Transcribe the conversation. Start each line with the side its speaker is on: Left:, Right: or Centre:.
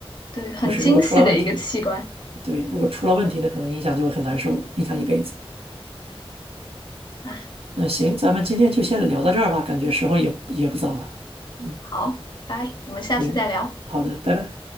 Left: 对，很精细的一个器官
Right: 就是如果出了问题，对，如果出了问题呢，可能影响就会很难受，影响一辈子。
Left: 啊。
Right: 嗯，行，咱们今天就先聊到这儿吧，感觉时候也也不早了。嗯，
Left: 好，拜，我们下次再聊。
Right: 行，好的，拜拜。